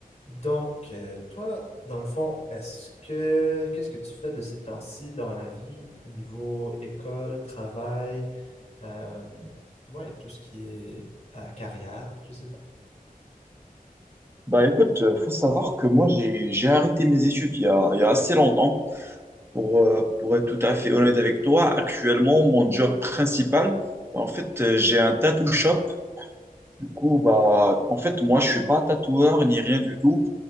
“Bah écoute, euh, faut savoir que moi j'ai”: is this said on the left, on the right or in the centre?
Right